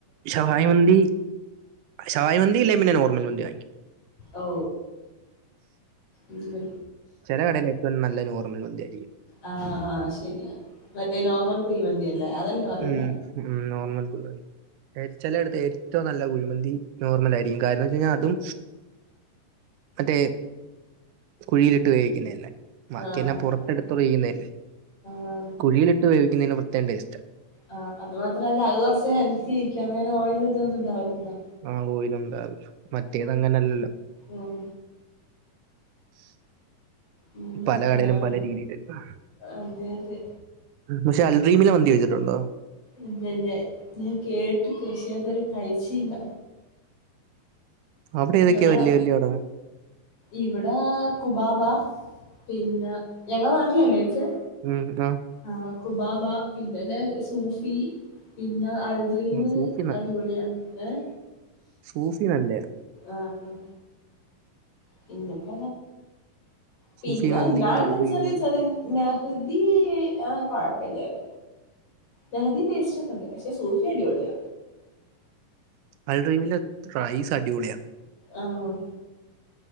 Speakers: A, on the right; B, on the left.
A: ശവായ മന്തി. ശവായ മന്തി ഇല്ലെ പിന്നെ നോർമൽ മന്തി വാങ്ങിക്കും.
B: ഓ ഉം.
A: ചെല കടേല് ഏറ്റവും നല്ല നോർമൽ മന്തി ആായിരിക്കും.
B: ആഹ് ആഹ് അത് ശരിയാ മറ്റേ നോർമൽ കുയി മന്തിയല്ലേ അതല്ലേ പറി
A: ഉം ഉം നോർമൽ കു ച്ചെലട്ത്ത് ഏറ്റവും നല്ല കുഴിമന്തി നോർമൽ ആയിരിക്കും കാരണംന്ന് വെച്ച് കഴിഞ്ഞാൽ അതും.
B: ആഹ്
A: അതെ. കുഴിയിലിട്ട് വേവിക്കുന്നയല്ലേ. ബാക്കിയെല്ലാം
B: ആഹ് ആഹ് ആഹ്
A: പുറത്തെടുത്ത്.
B: ആഹ്
A: റിയുന്നല്ലേ
B: ആഹ്
A: കുഴിയിലിട്ട് വേവിക്കുന്നതിന് പ്രത്യേകം ടേസ്റ്റാ.
B: ആ അത് മാത്രമല്ല അത് കുറച്ച് ഹെൽത്തി ആയിരിക്കും അന്നേരം ഓയിലിതൊന്നും ഉണ്ടാവില്ലല്ലോ
A: ആഹ് ഓയിലുണ്ടാവൂില്ല മറ്റേത അങ്ങനല്ലല്ലോ
B: ഉം
A: <inaudible>
B: അങ്ങനൊക്കെയാണ്
A: പല കടയിലും പല രീതിയിലക്കും
B: അതെ അതെ
A: പക്ഷെ അൽറീമിനെ മന്തി കയ്യിച്ചിട്ടുണ്ടോ
B: ഇല്ലല്ല ഞാൻ കേട്ട്ക്ക്‌ പഷേ ഞാനിത് വരെ കയ്ച്ച്യില്ല
A: അവിടെ ഏതൊക്കെയാ
B: ഞങ്ങള
A: വലിയ വലിയ കട
B: ഇവിടെ കുബാബ പിന്നെ ഞങ്ങളെ നാട്ടിലല്ലോ ചോയ്ച്ചേ?
A: ഉം ഉം
B: ആ കുബാബ പിന്നന്നെ സൂഫി പിന്നെ അൽ ഡ്രീം
A: ഉം. സൂഫി
B: അടിപൊളിയാണ് ഏഹ
A: സൂഫിനല്ലേയ
B: ആഹ് ആഹ് പിന്നെപ്പ പിന്നെല്ലാണ്ട്
A: സൂഫി മന്തി, അൽ റീം.
B: ചെറിയ ചെറിയ നെഹദി ആ കുഴപ്പമില്ലായി നഹദീന്റെ ടെസ്റ്റോക്കെ ണ്ട് പക്ഷെ സൂഫി അടിപൊളിയാ
A: അൽരീമിലെ റൈസ് അടിപൊളിയ
B: ആഹ്